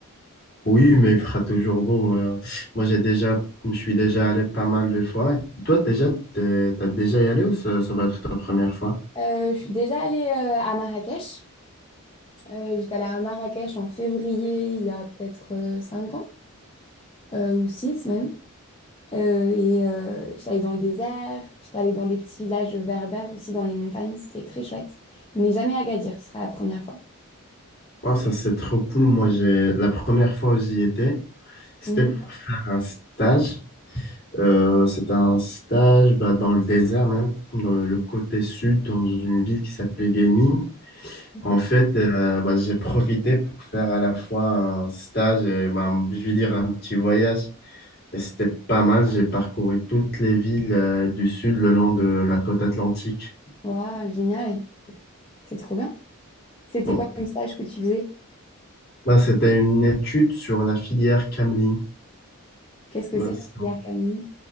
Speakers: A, on the left; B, on the left.
A: Oui, mais il fera toujours beau. Moi, moi j'ai déjà, je suis déjà allé pas mal de fois. toi, déjà, t'es- t'as déjà y allé ou ça, ça va être ta première fois?
B: Euh, je suis déjà allée euh, à Marrakech. Euh, j'étais allée à Marrakech en février, il y a peut-être euh, cinq ans, euh, ou 6 même. Euh, et euh, j'étais allée dans le désert, j'étais allée dans des petits villages berbères aussi, dans les montagnes, c'était très chouette. Mais jamais à Agadir, ce sera la première fois.
A: Ouais, ça, c'est trop cool. Moi, j'ai la première fois où j'y étais, c'était
B: Mm.
A: pour faire un stage. Euh, c'était un stage bah, dans le désert, même dans le côté sud, dans une ville qui s'appelait Gaming.
B: Ok.
A: En fait, euh, bah, j'ai profité pour faire à la fois un stage et bah, je vais dire un petit voyage. Et c'était pas mal. J'ai parcouru toutes les villes euh, du sud le long de la côte atlantique.
B: Waouh, génial, c'est trop bien. C'était
A: Bon.
B: quoi comme stage que tu faisais?
A: Là, c'était une étude sur la filière cameline.
B: Qu'est-ce que
A: Bah,
B: c'est la
A: c'est
B: filière cameline?